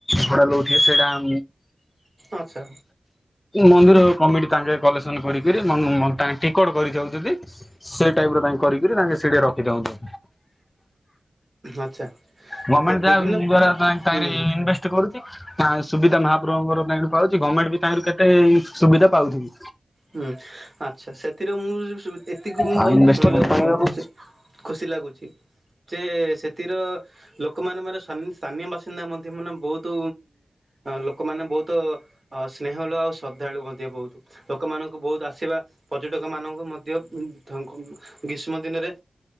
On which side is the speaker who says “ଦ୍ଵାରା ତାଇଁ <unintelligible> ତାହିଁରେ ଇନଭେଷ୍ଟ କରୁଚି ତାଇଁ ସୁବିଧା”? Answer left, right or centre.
Left